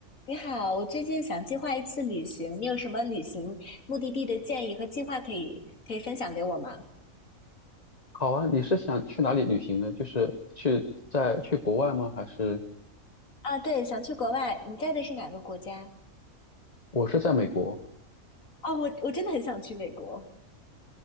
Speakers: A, on the left; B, on the left.
A: 你好，我最近想计划一次旅行，你有什么旅行目的地的建议和计划可以可以分享给我吗？
B: 好啊，你是想去哪里旅行呢？就是去在去国外吗？还是
A: 啊，对，想去国外，你在的是哪个国家？
B: 我是在美国？
A: 哦，我我真的很想去美国，